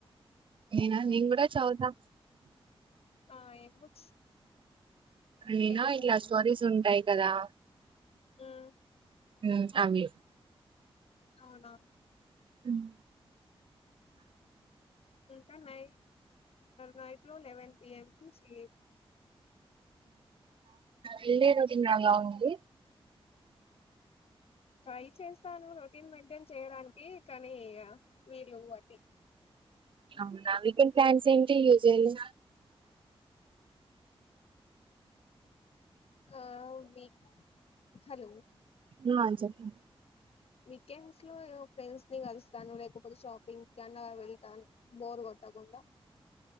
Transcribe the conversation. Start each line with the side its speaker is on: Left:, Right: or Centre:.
Right: నేనా నేను కూడా చౌతా
Left: ఆ ఏం బుక్స్
Right: నేనా
Left: ఎనీ
Right: ఇట్లా
Left: టైమ్
Right: స్టోరీస్ తుంటాయి కదా
Left: ఉమ్మ్
Right: ఉమ్మ్ అవి
Left: అవునా
Right: ఉమ్మ్
Left: ఇంకా నై నైట్ లో లెవెన్ ఎమ్ పి సి
Right: వెళ్లేరోజు ఇంగ అలా ఉంది.
Left: ట్రై చేస్తాను రొటీన్ మెయింటైన్ చేయడానికి కానీ వీలు వట్టి
Right: అవునా వీకెండ్ ప్లాన్స్ ఏంటి యూజువల్లీ
Left: ఆ మీ హలో
Right: ఉమ్ మా చెప్పు
Left: వీకెండ్స్ లో ఫ్రెండ్స్ ని కలుస్తాను. లేకపోతే షాపింగ్ కన్నా వెళ్తాను. బోర్ కొట్టకుండా